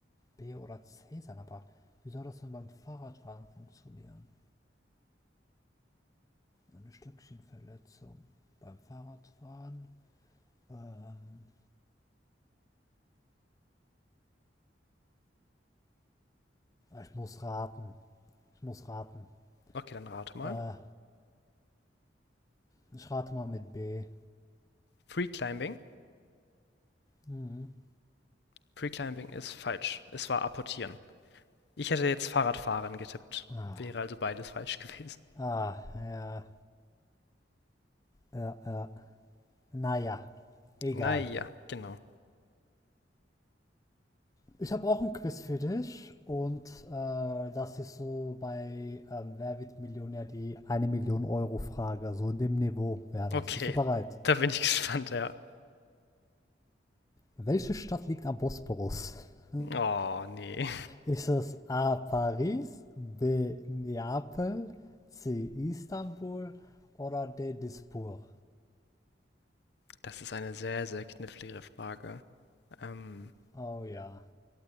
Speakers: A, on the left; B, on the left.
A: B oder C sein, aber wie soll das denn beim Fahrradfahren funktionieren? Eine Stückchenverletzung. Beim Fahrradfahren? Ähm, ich muss raten. Ich muss raten.
B: Okay, dann rate mal.
A: Äh, Ich rate mal mit B.
B: Freeclimbing
A: Mhm.
B: Freeclimbing ist falsch. Es war Apportieren. Ich hätte jetzt Fahrradfahren getippt.
A: Ah,
B: Wäre also beides falsch <laughs> gewesen.
A: ah, ja, ja, ja. Naja, egal.
B: Na ja, genau.
A: Ich habe auch ein Quiz für dich und äh, das ist so bei ähm, Wer wird Millionär die eine Million Euro Frage. So in dem Niveau wäre
B: Okay,
A: das. Bist du bereit?
B: da bin ich <laughs> gespannt, ja.
A: Welche Stadt liegt am Bosporus? <laughs>
B: Oh, nee.
A: Ist es A. Paris, B. Neapel, C. Istanbul oder D. Dispur?
B: Das ist eine sehr, sehr knifflige Frage. Ähm,
A: Oh ja,